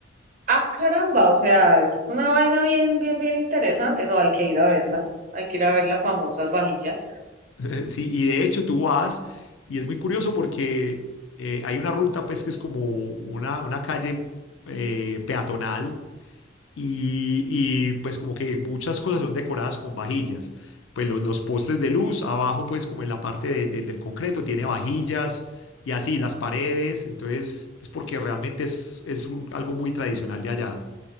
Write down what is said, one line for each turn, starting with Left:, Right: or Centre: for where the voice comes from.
Right: Ah, caramba, o sea, es una vaina bien, bien, bien interesante. No, hay que ir a verlas. Hay que ir a ver las famosas vajillas.
Left: <laughs> Sí, y de hecho tú vas, y es muy curioso porque eh, hay una ruta, pues, que es como una, una calle eh, peatonal, y, y, pues como que muchas cosas son decoradas con vajillas. Pues los, los postes de luz, abajo, pues como en la parte de- de- del concreto, tiene vajillas y así las paredes. Entonces, es porque realmente es, es un- algo muy tradicional de allá.